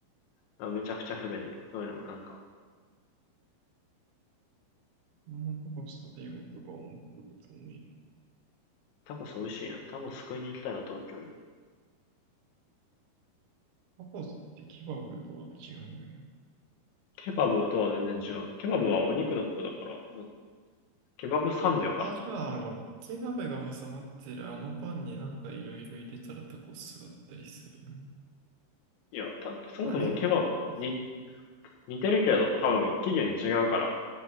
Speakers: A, on the left; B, on the right.
A: だからめちゃくちゃ不便だよ。そういうの、なんか。
B: あんまタコス食べようとか思ってたのに。
A: タコス美味しいやん。タコス食いに行きたいな、東京に。
B: タコスってケバブとは違うよね。
A: ケバブとは全然違う。ケバブはお肉のことだから、もう、ケバブサンドやからな。
B: あ、じゃあ、あの、ケバブが挟まってるあのパンになんかいろいろ入れたらタコスだったりするよね。
A: いや、た、そもそもケバブ、
B: あれタコス
A: に、似てるけど、多分起源違うから。